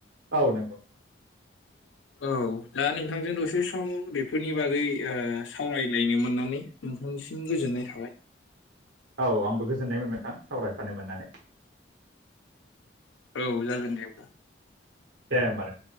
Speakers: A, on the right (about 75°); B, on the left (about 80°).
A: औ नोंगौ
B: औ दा नों जों दसे सम <unintelligible> बेफोरनि बागै ओ सावरायलायनो मोननानै नोंथांनिसिम गोजोननाय थाबाय
A: औ आंबो गोजोननायमोन नोंथां सावरायफानो मोननानै।
B: औ जागोन दे ओमबा।
A: दे ओमबा‌ नों